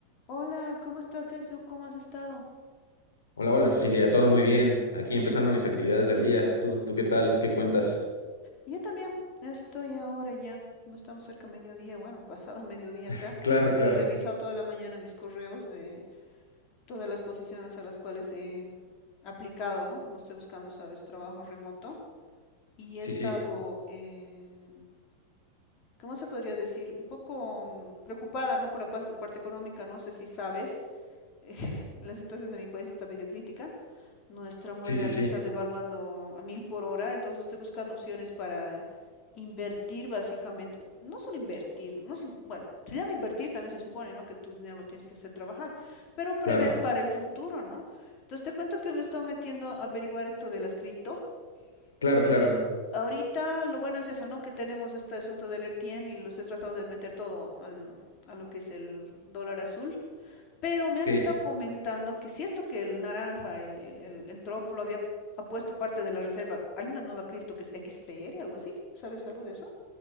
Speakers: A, on the left; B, on the left.
A: Hola, ¿cómo estás, Esu? ¿Cómo has estado?
B: Hola, hola Cecilia, todo muy bien. Aquí empezando mis actividades del día. ¿Tú, tú qué tal? ¿Qué cuentas?
A: Yo también estoy ahora ya, como estamos cerca de mediodía, bueno, pasado <laughs> mediodía
B: <laughs>
A: acá,
B: Claro, claro.
A: he revisado toda la mañana mis correos de todas las posiciones a las cuales he aplicado, ¿no? Como estoy buscando, sabes, trabajo remoto y
B: Sí,
A: he estado,
B: sí.
A: eh, ¿cómo se podría decir? Un poco mm, preocupada, ¿no? Por la pas- parte económica, no sé si sabes, <laughs> la situación de mi país está medio crítica. Nuestra moneda
B: Sí, sí, sí.
A: se está devaluando a mil por hora, entonces estoy buscando opciones para invertir básicamente. No solo invertir, no es in- bueno, se llama invertir también se supone, ¿no? Que tu dinero lo tienes que hacer trabajar, pero prever
B: Claro,
A: Claro. para el futuro, ¿no? Entonces te cuento que me estoy metiendo a averiguar esto de las cripto
B: claro,
A: y
B: claro.
A: ahorita lo bueno es eso, ¿no? Que tenemos este asunto del RTM y lo estoy tratando de meter todo al, a lo que es el dólar azul. Pero me han
B: Ok.
A: estado comentando que es cierto que el naranja, el, el, el, el Trump lo había ha puesto parte de la reserva. Hay una nueva cripto que es XPR, algo así. ¿Sabes algo de eso?